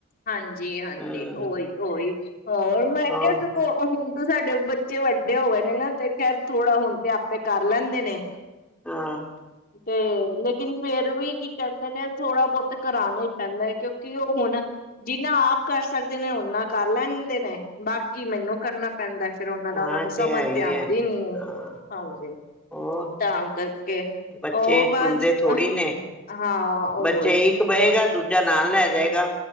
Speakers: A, on the left (about 45°); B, in the centre.
A: ਹਾਂਜੀ। ਹਾਂਜੀ।
B: ਹਮ
A: ਉਹੀ, ਉਹੀ <inaudible> ਹੋਰ, ਮੈਂ
B: ਹੋਰ
A: ਕਿਆ, ਸਗੋਂ ਤੇ ਸਾਡੇ ਬੱਚੇ ਵੱਡੇ ਹੋ ਗਏ ਨੇ ਨਾ ਤੇ ਖੈਰ ਥੋੜਾ ਹੁਣ ਤੇ ਆਪੇ ਕਰ ਲੈਂਦੇ ਨੇ
B: ਹਾਂ
A: ਤੇ ਲੇਕਿਨ ਫੇਰ ਵੀ ਕੀ ਕਹਿੰਦੇ ਨੇ ਥੋੜਾ ਬਹੁਤ ਕਰਾਣਾ ਹੀ ਪੈਂਦਾ ਹੈ ਕਿਉਂਕਿ ਉਹ ਹੁਣ ਜੀ ਜਿਨਾਂ ਆਪ ਕਰ ਸਕਦੇ ਨੇ ਓਨਾ ਕਰ ਲੈਂਦੇ ਨੇ ਬਾਕੀ ਮੈਨੂੰ ਕਰਨਾ। ਪੈਂਦਾ ਫੇਰ ਉਹਨਾਂ ਦਾ
B: ਹਾਂ
A: ਉਹਨਾ ਨੂੰ ਸਮਝ
B: ਹੈ ਹੀ
A: ਤੇ ਆਂਦੀ
B: ਹੈ
A: ਨੀ
B: ਹਾਂ
A: ਹਾਂਜੀ
B: ਹੋਰ
A: ਤਾਂ ਕਰ ਉਹ
B: ਬੱਚੇ
A: ਬਸ
B: ਸੁਣਦੇ ਥੋੜ੍ਹੀ ਨੇ
A: ਹਾਂ ਉਹ
B: ਬੱਚੇ
A: ਹੀ
B: ਇੱਕ ਦੂਜਾ ਨਾਲ ਲੈ ਜਾਏਗਾ।